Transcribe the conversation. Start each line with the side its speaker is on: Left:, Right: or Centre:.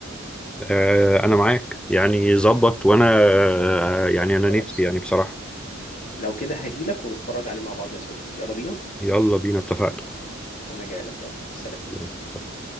Centre: آه انا معاك يعني ظبط وانا آه يعني انا
Left: خلاص
Centre: نفسي يعني بصراحة
Left: لو كده هجيلك ونتفرج عليه مع بعض يا صديقي يلا بينا
Centre: يلا بينا اتفقنا
Left: انا جايلك يلا سلام
Centre: اتفضل